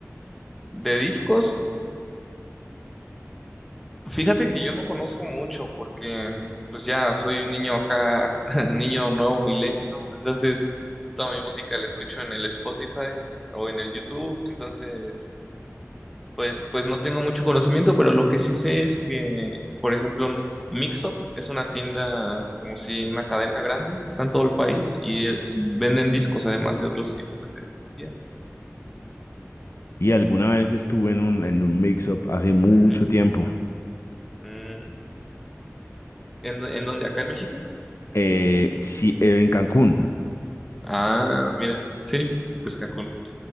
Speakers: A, in the centre; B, on the left.
A: ¿De discos? Fíjate que yo no conozco mucho porque pues ya soy un niño acá, <laughs> niño nuevo milenio, entonces toda mi música la escucho en el Spotify o en el YouTube, entonces pues pues no tengo mucho conocimiento, pero lo que sí sé es que, por ejemplo, Mixup es una tienda como si una cadena grande, está en todo el país y eh, venden discos además de otros tipos de tecnología.
B: Y alguna vez estuve en un, en un mix-up hace mucho
A: Mm,
B: tiempo.
A: mm. ¿En, en dónde? ¿Acá en México?
B: Eh, sí, eh, en Cancún.
A: Ah, mira, sí, pues Cancún,